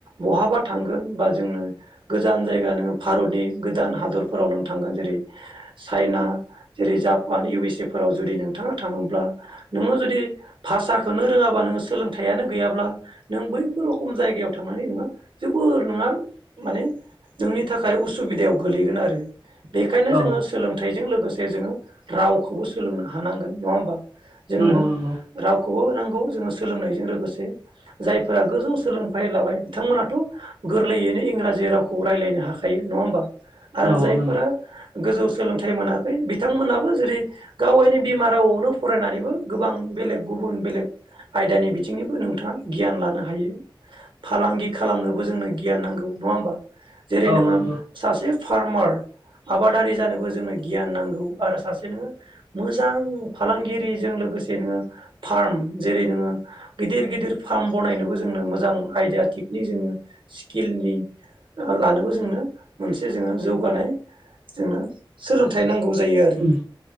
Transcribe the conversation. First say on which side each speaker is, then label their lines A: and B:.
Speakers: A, on the right (about 65°); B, on the right (about 85°).
A: बहाबा थांगोन बा जोंनो गोजान जायगा नोंङो मुलुगनि गोदान हादरफोराव नों थांगोन जेरै चाइना जेरै जापान इउ एस ए फोराव जों जुदि नोंथाङा थाङोब्ला नोङो जुदि भाषाखौनो रोङाबा नोङो सोलोंथाइयानो गैयाब्ला नों बैफोर रखम जायगायाव थांनानै नोंङो जोबोर नोंहा माने जोंनि नोंनि थाखाय उसुबिदायाव गोलैगोन आरो बेखायनो
B: औ
A: जोंङो सोलोंथाय जों लोगोसे जोंङो रावखौबो सोलोंनो हानांगोन नङा होमबा जोंनो
B: नंगौ नंगौ
A: रावखौबो होनांगौ जोंङो सोलोंनायजों लोगोसे जायफोरा गोजौ सोलोंथाइ लाबाय बिथांमोनाथ गोरलैयैनो इंरा जि रावखौ रायजलायनो हाखायो नङा होमबा आरो
B: औ
A: जायफोरा
B: नंगौ
A: गोजौ सोलों थाय मोनाखै बिथांमोनाबो जेरै गाव गायनि बिमा रावआवनो फरायनानैबो गोबां बेलेग गुबुन बेलेग आयदानि बिथिंनिबो नोंथाङा गियान लानो हायो फालांगि खालामनोबो जोंनो गियान नांगौ नङा हबा जेरै
B: औ
A: नोङो
B: नंगौ
A: सासे फार्मार आबादारि जानोबो जोंनो गियान नांगौ आरो सासे नोंङो मोजां फालांगिरिजों लो गोसे नोङो फार्म जेरै नोङो गिदिर गिदिर फार्म बनायनोबो जोंनो मोजां आयदा टेकनिक जोंङो स्किलनि लानोबो जोंनो मोनसे जोंङो जौगानाय जोंनो सोलोंथाइ नांगौ जायो आरो।
B: उम